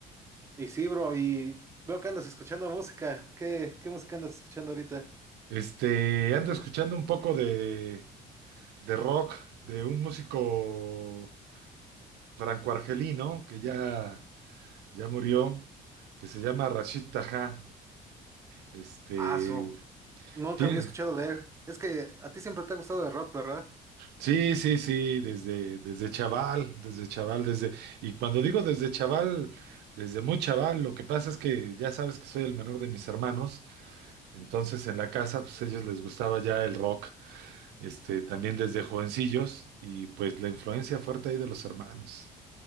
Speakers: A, on the right; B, on the right.
A: Y sí, bro, y veo que andas escuchando música. ¿Qué, qué música andas escuchando ahorita?
B: Este, ando escuchando un poco de, de rock de un músico franco-argelino que ya, ya murió, que se llama Rashid Taha. Este,
A: Ah, su, nunca
B: tiene,
A: había escuchado de él. Es que a ti siempre te ha gustado de rock, ¿verdad?
B: Sí, sí, sí, desde, desde chaval, desde chaval, desde, y cuando digo desde chaval, desde muy chaval, lo que pasa es que ya sabes que soy el menor de mis hermanos, entonces en la casa, pues a ellos les gustaba ya el rock, este, también
A: O-
B: desde jovencillos, y pues la influencia fuerte ahí de los hermanos.